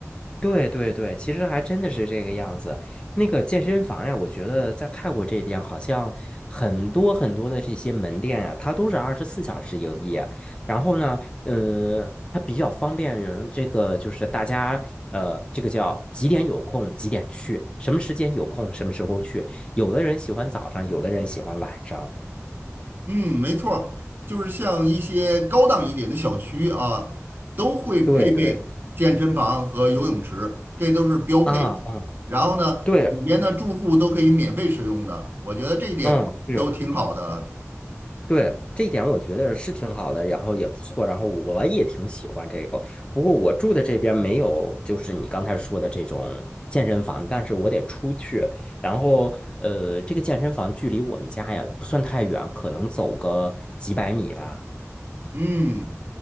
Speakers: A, on the left (about 20°); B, on the right (about 45°).
A: 对对对，其实还真的是这个样子。那个健身房呀，我觉得在泰国这边好像很多很多的这些门店呀，它都是二十四小时营业。然后呢，嗯，它比较方便于这个就是大家呃，这个叫几点有空几点去，什么时间有空什么时候去。有的人喜欢早上，有的人喜欢晚上。
B: 嗯，没错儿就是像一些高档一点的小区啊，都会配备健身房和游泳池，
A: 对对，
B: 这都是标配的。
A: 啊啊，
B: 然后呢，
A: 对，
B: 里面的住户都可以免费使用的，我觉得这一点都挺好的。
A: 嗯，是。对，这一点我觉得是挺好的，然后也不错，然后我也挺喜欢这个。不过我住的这边没有，就是你刚才说的这种健身房，但是我得出去。然后，呃，这个健身房距离我们家呀不算太远，可能走个几百米吧。
B: 嗯，